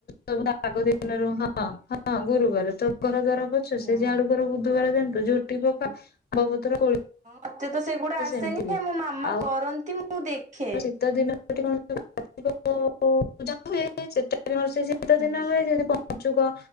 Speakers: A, on the left (about 55°); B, on the right (about 40°).
A: ସବୁ ତା ଆଗ ଦିନରୁ ହଁ ହଁ ଗୁରୁବାର ତ ଘର ଦ୍ୱାର ପୁଛ
B: ହଁ।
A: ସେ ଜାଆଡୁ ର ବୁଧବାର ଦିନ ତ ଝୋଟି ପକା ଆମ୍ବ ପତର କୋଳି
B: ମତେ ତ ସେଗୁଡା ଆସେନି
A: ସେମିତି ହୁଏ।
B: ମୋ ମାମା
A: ଆଉ
B: କରନ୍ତି। ମୁଁ ଦେଖେ।
A: ଶୀତ ଦିନ ଏଠି କଣ କାର୍ତ୍ତିକ <inaudible> ପୂଜା ହୁଏ ସେଟା ବି ମୋର ସେଇ ସେ ଶୀତ
B: ହୁଁ
A: ଦିନ ହୁଏ ଯେମିତି ପଞ୍ଚୁକ